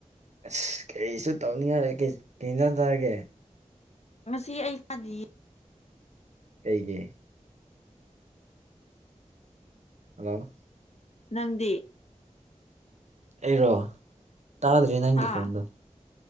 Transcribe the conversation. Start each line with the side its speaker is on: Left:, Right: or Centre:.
Right: ꯑꯁ ꯀꯔꯤꯁꯨ ꯇꯧꯅꯤꯡꯉꯥꯏ ꯂꯩꯇꯦ ꯀꯩ ꯀꯩ ꯑꯦꯟꯖꯥꯡ ꯆꯔꯒꯦ
Left: ꯉꯁꯤ ꯑꯩ ꯆꯗꯤ
Right: ꯀꯩꯒꯤ ꯍꯜꯂꯣ
Left: ꯅꯪꯗꯤ
Right: ꯑꯩꯔꯣ ꯇꯥꯗ꯭ꯔꯦ ꯅꯪꯒꯤ
Left: ꯍꯥ
Right: ꯈꯣꯟꯗꯣ